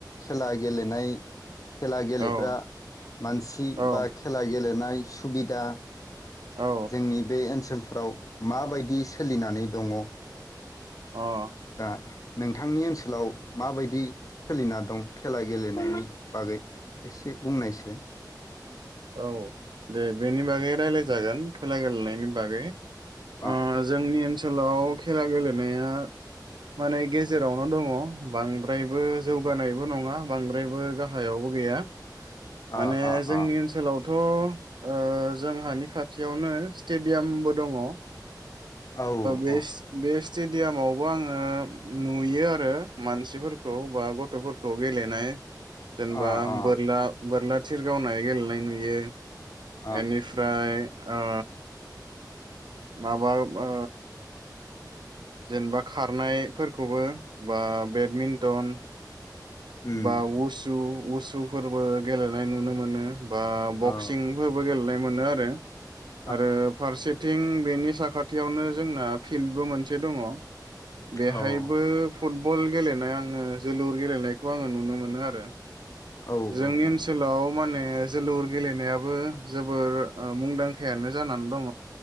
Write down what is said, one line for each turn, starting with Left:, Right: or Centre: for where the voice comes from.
Left: खेला गेलेनाय खेला गेलेग्रा
Right: औ
Left: मानसि
Right: औ
Left: बा खेला गेलेनाय सुबिदा
Right: औ
Left: जोंनि बे ओनसोला ओनसोलफ्राव माबायदि सोलिनानै दङ।
Right: अ
Left: गा। नोंथांनि ओनसोलाव माबायदि सोलिना दं खेला गेलेनायनि बागै एसे बुंनायसै।
Right: औ दे बेनि बागै रायलाय जागोन खेला गेलेनायनि बागै।
Left: अ
Right: ओ जोंनि ओनसो सोलाव खेला गेलेनाया माने गेजेरावनो दङ बांद्रायबो जौगानायबो नङा बांद्रायबो गाहायावबो गैया। माने
Left: अ अ
Right: जोंनि
Left: अ
Right: ओनसो गथ ओ जोंहानि खाथियावनो स्टेडियामबो दङ। ओ
Left: औ
Right: बेस
Left: अ
Right: बेसद स्टेडियामावबो आङो नुयो आरो मानसिफोरखौ बा गथफोरखौ गेलेनाय। जेनबा
Left: अ अ
Right: बोरला बोरलाथ थिर गावनाय गेलेनायख नुयो।
Left: अ
Right: एनिफ्राय। ओ। माबाब ओ। जेनबा खारनायफोरखौबो बा बेदमिन्टन।
Left: उम
Right: बा उसु उस सुफोरबो गेलेनाय नुनो मोनो। बा बक्सिंफोरबो
Left: अ
Right: गेलेनाय मोनोआ
Left: अ
Right: <unintelligible> आरो फारसेथिं बेनि साखाथियावनो जोंना फिल्डबो मोनसे दङ। बेहायबोफ
Left: औ
Right: फुटबल गेलेनाय आङो जोलुर गेलेनायख खौ आङो नुनो मोनो आरो।
Left: औ
Right: जोंनि ओनसोलाव
Left: औ
Right: माने। ओ जोलुर गेलेनायाबो जोबोर ओ मुंदांखायानो जानानै दङ।